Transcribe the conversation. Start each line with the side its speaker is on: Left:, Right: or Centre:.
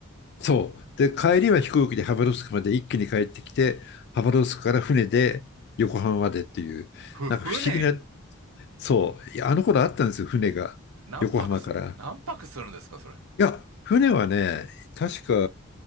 Left: そう。で、帰りは飛行機でハバロフスクまで一気に帰ってきて、ハバロフスクから船で横浜までっていう、
Right: ふ、
Left: なんか不思議な、
Right: 船
Left: そう、いやあの頃あったんですよ、船が、
Right: 何泊す、
Left: 横浜から。
Right: 何泊するんですか、それ。
Left: いや、船はね、確か、